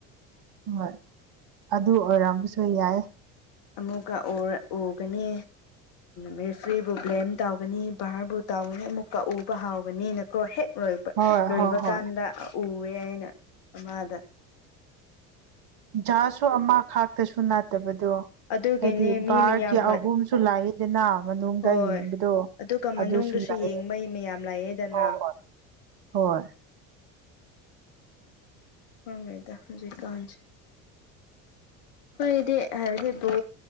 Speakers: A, on the right; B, on the left.
A: ꯍꯣꯏ ꯑꯗꯨ ꯑꯣꯏꯔꯝꯕꯁꯨ ꯌꯥꯏ
B: ꯑꯃꯨꯛꯀꯔ ꯑꯣꯒꯅꯤ ꯔꯔꯤꯐ꯭ꯔꯤꯕꯨ ꯕ꯭ꯂꯦꯝ ꯇꯧꯒꯅꯤ ꯚꯔꯕꯨ ꯇꯧꯒꯅꯤ ꯑꯃꯨꯛꯀꯛꯎꯕ ꯍꯥꯎꯒꯅꯤ ꯀꯣ ꯍꯦꯛ ꯂꯣꯏ
A: ꯍꯣꯏ
B: ꯂꯣꯏꯕ
A: ꯍꯣꯏ ꯍꯣꯏ
B: ꯀꯥꯟꯗ ꯎꯑꯦ ꯑꯅ ꯑꯃꯥꯗ
A: ꯖꯥꯁꯨ ꯑꯃ ꯈꯥꯛꯇꯁꯨ ꯅꯥꯠꯇꯕꯗꯣ
B: ꯑꯗꯨꯒꯤꯅꯦ
A: ꯍꯥꯏꯗꯤ
B: ꯃꯤ
A: ꯕꯥꯔꯒꯤ
B: ꯃꯌꯥꯝꯒ
A: ꯑꯍꯨꯝꯁꯨ ꯂꯥꯛꯏ ꯑꯗꯨꯗꯅ ꯃꯅꯨꯡꯗ
B: ꯍꯣꯏ
A: ꯌꯦꯡꯕꯗꯣ
B: ꯑꯗꯨꯒ ꯃꯅꯨꯡꯗꯁꯨ
A: ꯑꯗꯨꯁꯨ ꯂꯥꯛ
B: ꯌꯦꯡꯕ ꯃꯌꯥꯝ ꯂꯥꯛꯑꯦꯗꯅ
A: ꯍ ꯍꯣꯏ ꯍꯣꯏ
B: ꯍꯉꯣꯏꯗ ꯍꯧꯖꯤ ꯀꯥꯟꯁꯤꯦ ꯀꯗꯤ ꯍꯥꯏꯕꯗꯤ ꯕꯣ